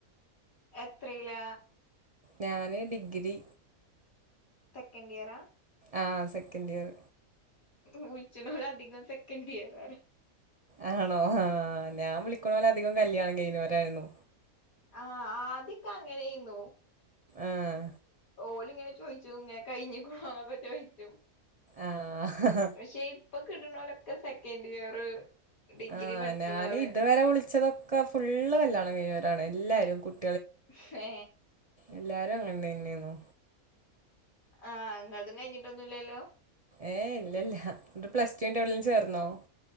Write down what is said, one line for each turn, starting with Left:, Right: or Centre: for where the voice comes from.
Left: എത്രേല
Right: ഞാന് ഡിഗ്രി
Left: സെക്കൻഡിയറാ
Right: ആഹ സെക്കൻഡ് ഇയർ
Left: വിളിച്ചനോല് അധികം സെക്കൻഡ് ഇയർ ആരാ
Right: ആണോ ആ ഞാൻ വിളിക്കണ പോലെ അധികം കല്യാണം കഴിഞ്ഞുവരായിരുന്നു
Left: ആ ആ അ അങ്ങനെയന്നു
Right: ആഹ
Left: ഓല ഇങ്ങനെ ചോദിച്ചു ഇങ്ങനെ കഴിഞ്ഞ കൊണാന്നൊക്കെ ചോയിച്ചും
Right: ആഹ
Left: പക്ഷെ ഇപ്പൊ കിടുന്നളൊക്കെ സെക്കൻഡ് ഇയർ ഡിഗ്രി
Right: ആഹ
Left: പഠിച്ചണോലാണ്
Right: ഞാൻ ഇതുവരെ വിളിച്ചതൊക്കെ ഒെ ഫള്ള് കല്യാണം കഴിഞ്ഞവരാണ് എല്ലാവരും കുട്ട
Left: ഹഹ
Right: എല്ലാരും അങ്ങനണ്ടന്നെയന്നു
Left: ആഹ് അങ്ങതും കഴിഞ്ഞിട്ടൊന്നുംല്ലല്ലോ
Right: ഏ ഇല്ല ഇല്ല എന്ന് പ്ലസ് ു് എവിടെും ചേർന്നോ